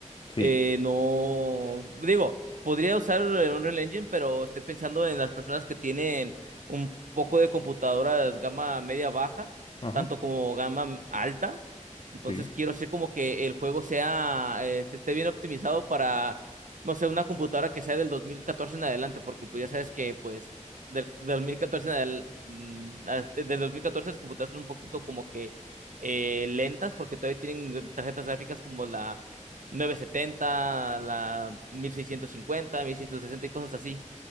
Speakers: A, on the left (about 40°); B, on the right (about 80°).
A: Sí,
B: Eh, no, digo, podría usar el Unreal Engine, pero estoy pensando en las personas que tienen un poco de computadoras gama media baja,
A: ajá,
B: tanto como gama alta. Entonces
A: sí,
B: quiero hacer como que el juego sea, eh, esté bien optimizado para, no sé, una computadora que sea del 2014 en adelante, porque pues ya sabes que pues del, del 2014 en adel- mm, as- eh, del dos mil catorce las computadoras son un poquito como que eh, lentas, porque todavía tienen tarjetas gráficas como la novecientos setenta la mil mil seiscientos cincuenta mil seiscientos sesenta y cosas así.